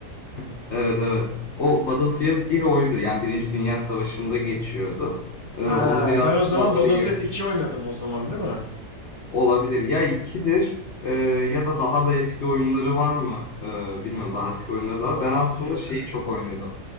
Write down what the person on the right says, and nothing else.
Ha,
ben o zaman
Battlefield
2 oynadım o zaman değil mi?
Battlefield.